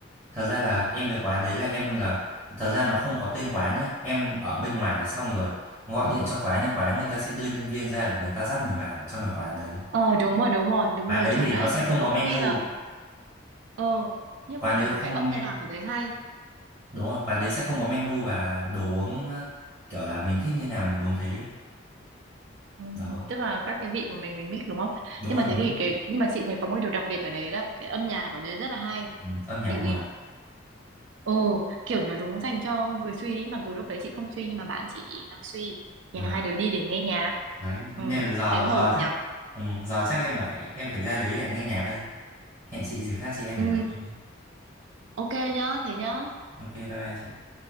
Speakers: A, on the right; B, on the right.
A: Thật ra là em cái quán đấy là em là thật ra nó không có tên quán nhá. Em ở bên ngoài xong rồi gọi điện cho quán thì quán người ta sẽ đưa nhân viên ra để người ta dắt mình vào trong cái quán đấy.
B: ờ đúng rồi đúng rồi đúng
A: Quán
B: rồi
A: đấy
B: chuẩn
A: thì
B: đấy
A: nó sẽ
B: Chứ
A: không
B: thì có
A: có menu.
B: khi là ờ nhưng
A: Quán
B: mà
A: đấy
B: được
A: không
B: cái âm
A: có nên-
B: nhạc ở đấy hay
A: đúng rồi, quán đấy sẽ không có menu và đồ uống ờ, kiểu là mình thích như nào mình uống thế.
B: Ừ,
A: Đó.
B: tức là các cái vị của mình mình mix đúng không?
A: Đúng
B: Nhưng
A: rồi
B: mà
A: mình
B: thế thì cái nhưng mà chị thấy có một điều đặc biệt ở đấy là cái âm nhạc ở đấy rất là hay.
A: ừ, âm nhạc
B: Chị
A: mượt.
B: ồ kiểu nó đúng dành cho người suy ý, mặc dù lúc đấy chị không suy nhưng mà bạn chị nó suy. Nhà
A: À,
B: hai đứa đi để nghe nhạc.
A: đấy nên
B: Ừ,
A: là giờ
B: thế hợp
A: giờ
B: nhở?
A: chắc ừ, giờ chắc em là phải em phải ra đấy để nghe nhạc đây. Hẹn chị dịp khác chị em phải
B: Ừ,
A: nói chuyện. nhé.
B: ok nhá, thế nhá.
A: Ok bye bye chị.